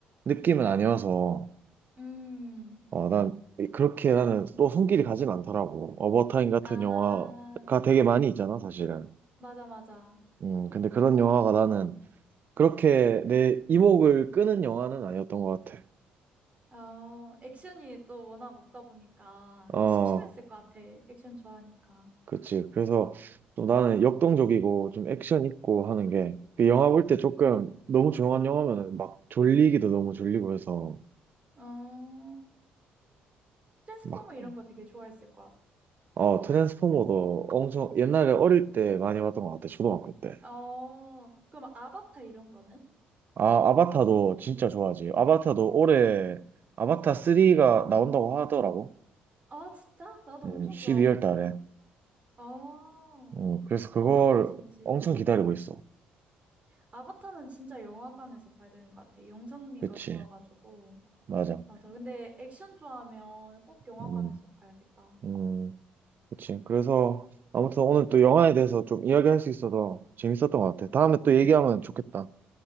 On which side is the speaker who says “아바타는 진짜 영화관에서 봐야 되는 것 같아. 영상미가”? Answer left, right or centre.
Right